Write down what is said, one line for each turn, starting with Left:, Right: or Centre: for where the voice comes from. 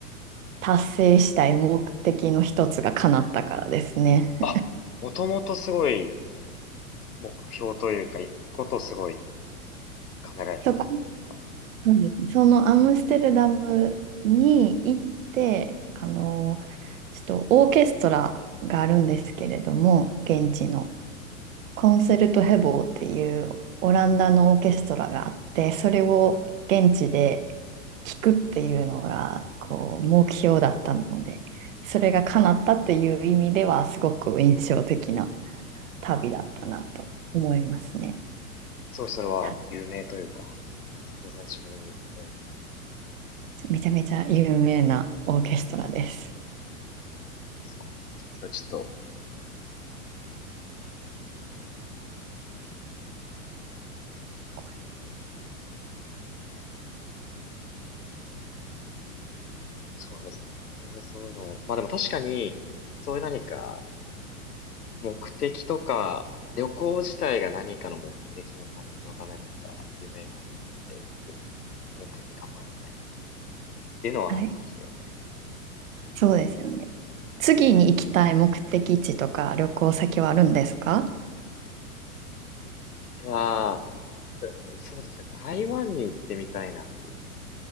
Right: 達成したい目的の一つが叶ったからですね。
Left: あ、もともとすごい、目標というか、行くことをすごい考えられたってことですか
Right: そこそうですねそのアムステルダムに行って、あの、ちょっとオーケストラがあるんですけれども、現地のコンセルトヘボーっていうオランダのオーケストラがあって、それを現地で聴くっていうのがこう目標だったので、それが叶ったっていう意味ではすごく印象的な旅だったなと思いますね。
Left: すごい、それは、
Right: はい
Left: 有名というか、全然自分、どういうんで
Right: めちゃめちゃ有名なオーケストラです。
Left: すかそれはちょっと、
Right: これ
Left: そうですね。全然そういうのを、まあでも確かに、そういう何か、目的とか、旅行自体が何かの目的の達成のためとか、夢があっていくの、目標に頑張るみたいな、っていうのはありますよね。
Right: はいそうですよね。次に行きたい目的地とか旅行先はあるんですか
Left: 次は、うそうですね、台湾に行ってみたいなっていうふうに